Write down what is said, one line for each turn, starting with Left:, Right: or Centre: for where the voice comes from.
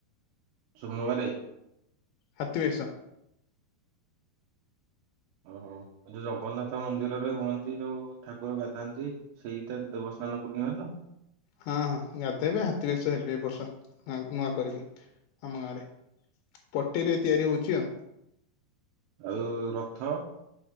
Right: ସୋମବାରେ।
Left: ହାତୀ ବେଶ।
Right: ଓହୋ ଆଉ ଯୋଉ ଜଗନ୍ନାଥ ମନ୍ଦିରରେ ହୁଅନ୍ତି ଯୋଉ ଠାକୁର ଗାଧାନ୍ତି। ସେଇଟା ଦେବସ୍ନାନ ପୂର୍ଣ୍ଣିମା ତ।
Left: ହଁ ହଁ ଗାଧୋଇବେ ହାତୀ ବେଶ ହେବେ ଏ ବର୍ଷ ନୂଆ କରିକି ଆମ ଗାଁରେ। ପଟିରେ ତିଆରି ହଉଛି ଆଉ।
Right: ଆଉ ରଥ।